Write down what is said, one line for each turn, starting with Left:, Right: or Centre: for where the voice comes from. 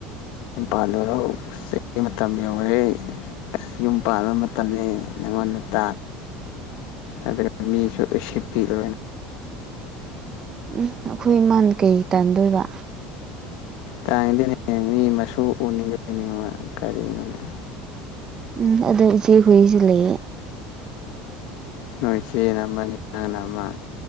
Left: ꯄꯂꯔꯣ ꯃꯇꯝ ꯌꯧꯔꯦ ꯌꯨꯝ ꯄꯥꯟꯕ ꯃꯇꯝꯅꯤ ꯅꯉꯣꯟꯗ ꯇꯥ ꯑꯗꯨ ꯃꯤꯁꯨ ꯁꯤꯄꯤꯗ
Right: ꯎꯝ ꯑꯩꯈꯣꯏ ꯏꯃꯜ ꯀꯩ ꯇꯥꯟꯗꯣꯏꯕ
Left: ꯇꯥꯡꯉꯗꯅꯦ ꯃꯤ ꯃꯁꯨ ꯎꯅꯤꯡꯗꯦꯅꯦꯃ ꯀꯔꯤꯒꯤꯅꯣꯅꯦ
Right: ꯎꯝ ꯑꯗꯣ ꯏꯆꯦ ꯍꯏꯁꯨ ꯂꯩꯌꯦ
Left: ꯅꯣꯏꯁꯦꯅꯃꯅ ꯑꯃ